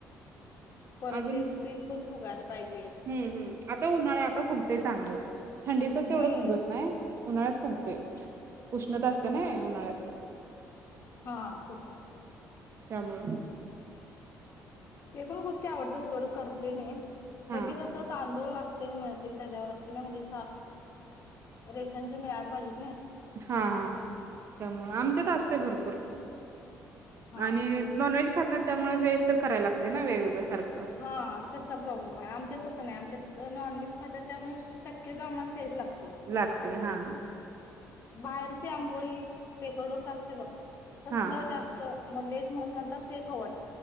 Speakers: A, on the left (about 45°); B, on the right (about 45°).
A: परत
B: अजून
A: ते पिठ फुगायला. पाहिजे
B: हम्म हम् आता उन्हाळा हाय आता फुगतय चांगलं, थंडीतच
A: हम्म
B: तेवढं फुगत नाय. उन्हाळ्यात फुगतय. उष्णता असते नायी उन्हाळ्यात,
A: हा तस.
B: त्यामुळ
A: ते पण गोष्टी आवडत सोड करते मी,
B: हा
A: पण ते कसं तांदूळ असतील मिळतील त्याच्यावर असतील ना म्हणजे रेशनच मिळाला पाहिजेत ना,
B: हा हा त्यामुळे आमच्यात असते भरपूर
A: हा
B: आणि नॉन व्हेज खात त्यामुळे वेज तर कराय लागते. ना वेगवेगळं सारखं
A: हा तसा प्रॉब्लेम आहे. आमच्यात त नाही आमच्या नॉनव्हेज खात त्यामुळे शक्यतो आम्हाला तेच लागत.
B: लागते हा.
A: बाहेरचे आंबोळी पेपर डोसा असते बघ. तसलं
B: हा
A: जास्त मग लेच मन सांगतात ते खाऊ वाटतं.